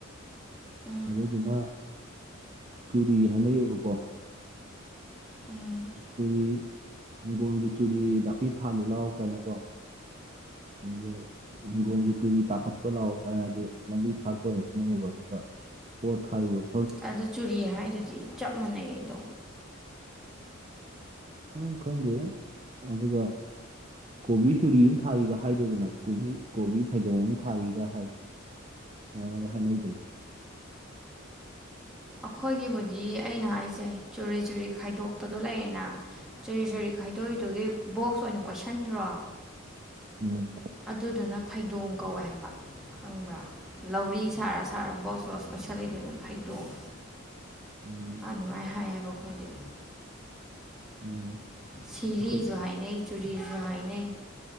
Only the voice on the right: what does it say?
ꯑꯗꯨꯗꯨꯅ ꯇꯨꯔꯤ ꯍꯥꯏꯅꯩꯌꯦꯕꯀꯣ
ꯆꯨꯔꯤ ꯍꯪꯒꯣꯜꯒꯤ ꯆꯨꯔꯤ ꯅꯥꯄꯤ ꯐꯥꯜꯂꯨ ꯂꯥꯎ ꯀꯥꯏꯅ ꯀꯣ <unintelligible> ꯍꯤꯡꯒꯣꯜꯒꯤ ꯆꯨꯔꯤ ꯇꯥꯈꯠꯄ ꯂꯥꯎ ꯀꯥꯏ ꯍꯥꯏꯗꯤ ꯂꯝꯕꯤ ꯐꯥꯠꯄ ꯑꯣꯏꯅ ꯈꯪꯅꯩꯌꯦꯕ ꯑꯗꯨꯒ ꯄꯣꯠ ꯊꯔꯤꯕꯝ
ꯎꯝ ꯈꯪꯗꯦꯗ ꯑꯗꯨꯒ ꯀꯣꯕꯤ ꯆꯨꯔꯤ ꯑꯝ ꯊꯥꯔꯤꯒ ꯍꯥꯏꯗꯦꯗꯅ ꯀꯣꯕꯤ ꯀꯣꯕꯤ ꯐꯩꯗꯣꯝ ꯑꯝ ꯊꯥꯔꯤꯒ ꯍꯥꯏꯕꯗꯣ ꯑꯃꯥꯏꯅꯒ ꯍꯥꯏꯅꯩꯗꯅ
ꯑꯥ
ꯎꯝ
ꯎꯝ
<unintelligible>
ꯑꯩꯈꯣꯏ